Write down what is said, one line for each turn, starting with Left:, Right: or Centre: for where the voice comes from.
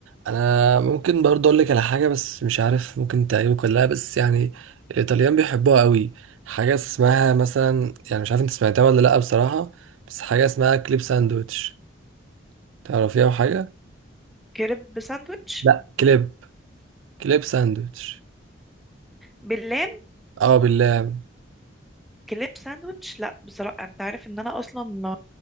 Right: انا ممكن برضه اقول لك على حاجه بس مش عارف ممكن تعجبك ولا لا بس يعني الايطاليان بيحبوها قوي حاجه اسمها مثلا يعني مش عارف انت سمعتها ولا لا بصراحه بس حاجه اسمها كليب ساندويتش تعرفيها وحاجه
Centre: كريب ساندويتش
Right: لا كليب كليب ساندويتش
Centre: باللام
Right: اه بالله
Centre: كليب ساندويتش لا بصراحة انت عارف ان انا اصلا